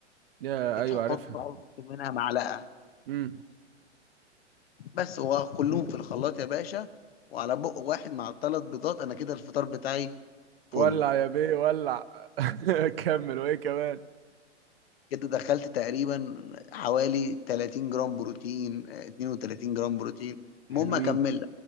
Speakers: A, on the right (about 55°); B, on the left (about 55°).
A: يا
B: بتحط
A: ايوه عارفها
B: بحط منها معلقه
A: امم
B: بس هو كلهم في الخلاط يا باشا وعلى بق واحد مع الثلاث بيضات انا كده الفطار بتاعي
A: ولع
B: فل
A: يا بيه ولع <laughs> كمل وايه كمان
B: كده دخلت تقريبا حوالي 30 جرام بروتين آه، 32 جرام بروتين
A: حلوين
B: المهم اكمل